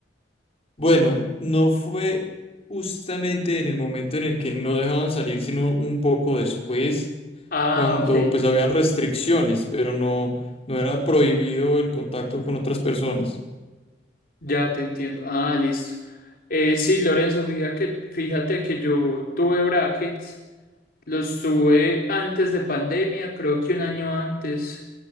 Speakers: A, on the left (about 35°); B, on the left (about 55°).
A: Bueno, no fue justamente en el momento en el que no dejaban salir, sino un poco después,
B: Ah,
A: cuando
B: ok,
A: pues habían restricciones, pero no, no era prohibido el contacto con otras personas.
B: ya te entiendo. Ah, listo. Eh, sí, Lorenzo, fíjate que, fíjate que yo tuve brackets. Los sube antes de pandemia, creo que un año antes